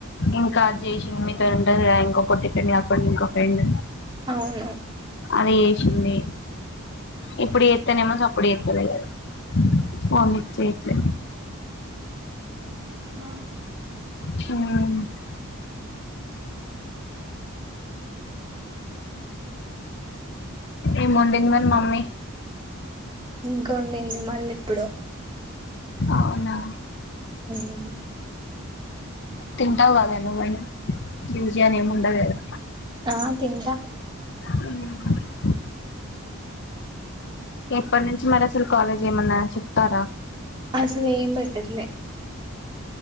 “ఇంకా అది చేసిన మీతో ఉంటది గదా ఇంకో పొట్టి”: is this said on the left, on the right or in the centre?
Left